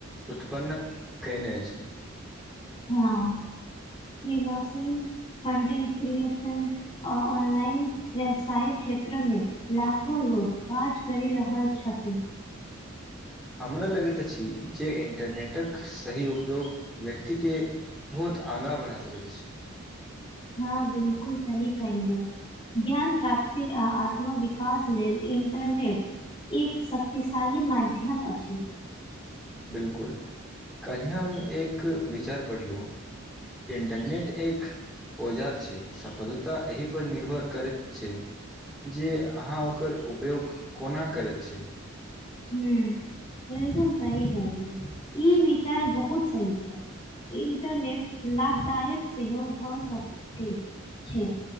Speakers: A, in the centre; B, on the left.
A: उत्पन्न कयने अछि
B: हँ इ बात सही हर दिन क्रियेशन अ ऑनलाइन व्यवसाय क्षेत्र मे लाखो लोग काज करी रहल छथि
A: हमरा लगैत अछि जे इंटरनेटक सही उप योग व्यक्तिके बहुत आगाँ बढ़ा सकैत अछि
B: हँ बिलकुल सही कहिने ज्ञान प्राप्ति आ आत्म विकास लेल इंटरनेट एक शक्तिशाली माध्यम अछि
A: बिल्कुल कल्हि हम एक विचार पढ़लहुँ इंटरनेट एक औजार छै सफलता एहि पर निर्भर करैत छै जे अहाँ ओकर उपयोग कोना करैत छी
B: हूँ बिलकुल सही कहली ई विचार बहुत सही छै इंटरनेट लाभदायक सेहो भऽ सकते छै